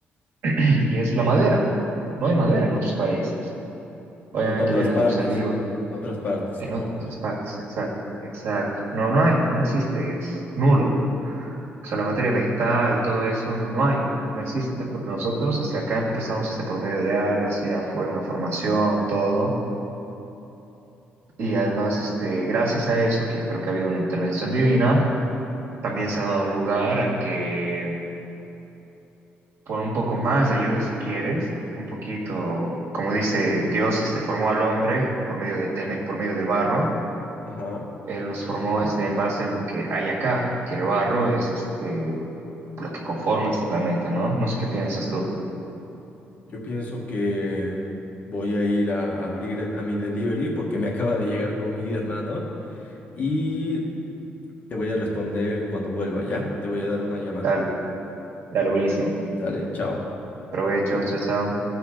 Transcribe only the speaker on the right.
<clears throat> y es la madera. No hay madera en otros países. Obviamente
viene
de un ser vivo
en
otras partes, exacto, exacto. No, no hay, no existe, es nulo. O sea, la materia vegetal, todo eso, no hay, no existe, porque nosotros este, acá empezamos este, por medio de algas, ya fue una formación, todo. Y además, este, gracias a eso, que yo creo que ha habido una intervención divina, también se ha dado lugar a que por un poco más de ayuda si quieres, un poquito, como dice Dios, este formó al hombre por medio de, de- por medio del barro.
Él nos formó este en base a lo que hay acá, que el barro es este lo que conforma este planeta, ¿no? No sé qué piensas tú.
Dale, dale, buenísimo.
Provecho, chao, chao.